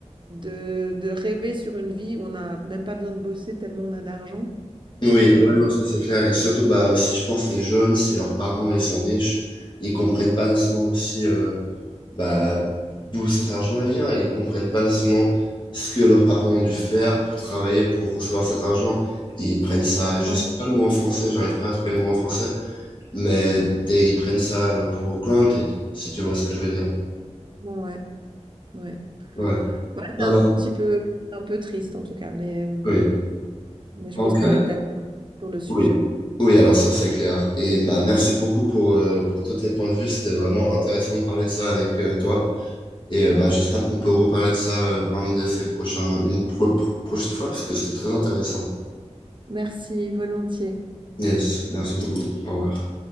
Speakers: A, on the right; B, on the left.
A: de, de rêver sur une vie où on n'a même pas besoin de bosser tellement on a d'argent.
B: Oui,
A: Euh,
B: ouais, non, ça c'est clair. Et surtout, bah, aussi, je pense, les jeunes, si leurs parents, ils sont riches, ils comprennent pas nécessairement aussi, euh, bah, d'où cet argent vient. Ils comprennent pas nécessairement ce que leurs parents ont dû faire pour travailler, pour recevoir cet argent. Ils prennent ça, je
A: ouais,
B: sais pas le mot en français, j'arrive pas à trouver le mot en français, mais des- ils prennent ça euh, pour granted, si tu vois ce que je veux dire.
A: ouais, ouais.
B: Ouais.
A: Ouais, c'est
B: Bah Alors,
A: un petit peu, un peu triste en tout cas, mais,
B: oui.
A: mais je
B: Donc,
A: pense qu'on
B: euh,
A: est d'accord sur le sujet.
B: oui. Oui, alors ça, c'est clair. Et bah, merci beaucoup pour, euh, pour tous tes points de vue. C'était vraiment intéressant de parler de ça avec euh, toi. Et euh, bah, j'espère qu'on peut reparler de ça euh, un de ces prochains, une pro- pro- prochaine fois, parce que c'était très intéressant.
A: Merci, volontiers.
B: Yes, merci beaucoup. Au revoir.